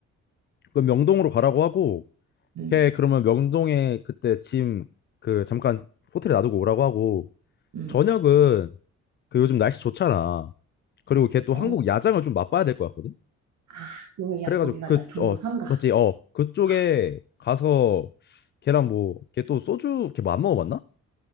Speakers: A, on the left; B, on the right.
A: 그럼 명동으로 가라고 하고
B: 응,
A: 걔 그러면 명동에 그때 짐 그 잠깐 호텔에 놔두고 오라고 하고
B: 응.
A: 저녁은 그 요즘 날씨 좋잖아. 그리고 걔 또
B: 어.
A: 한국 야장을 좀 맛봐야 될 것 같거든.
B: 아, 그러면
A: 그래가지고
B: 야, 거기 가자.
A: 그
B: 종로
A: 어
B: 삼가
A: 맞지 어 그쪽에
B: 아,
A: 가서 걔랑 뭐 걔 또 소주 걔 뭐 안 먹어봤나?